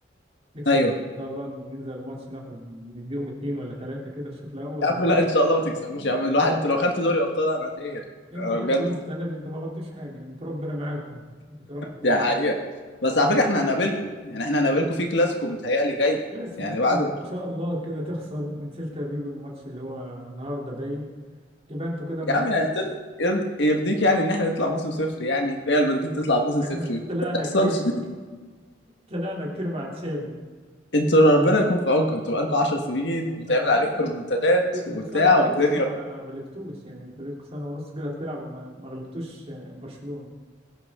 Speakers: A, on the right; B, on the left.
A: نكسب
B: ايوه
A: ان شاء الله ننزل الماتش ناخد نديهم اتنين ولا تلاتة كده الشوط الاول
B: يا عم
A: وربنا
B: لا ان شاء الله ما تكسبوش
A: يكرم.
B: يا عم الواحد انتوا لو خدتوا دوري ابطال انا هتقهر
A: انتوا
B: انا
A: خدتوا
B: بجد
A: السنة دي انتوا ما خدتوش حاجة انتوا ربنا معاكم انتوا ربنا
B: دي حقيقه بس على فكره احنا هنقابلكم يعني احنا هنقابلكم في كلاسيكو متهيألي جاي
A: كلاسيكو
B: يعني
A: الصف
B: بعد
A: ان شاء الله كده تخسر من سيلتا فيجو الماتش اللي هو النهارده باين يبقى انتوا كده ما
B: يا
A: عندكوش
B: عم يعني تر- يرد- يرضيك يعني ان احنا نطلع موسم صفر يعني ريال مدريد تطلع موسم
A: <laughs>
B: صفر
A: احنا
B: ما
A: طلعنا
B: تحصلش
A: كتير <laughs> مع- طلعنا كتير مع تشافي
B: انتوا ربنا يكون في عونكم انتوا بقالكم 10 سنين وبيتعمل
A: فكمان
B: عليكم ريمونتادات
A: انت انت
B: وبتاع
A: سنة
B: والدنيا
A: ونص ما غلبتوش يعني انت لكم سنة ونص كده بتلعب وما ما غلبتوش برشلونة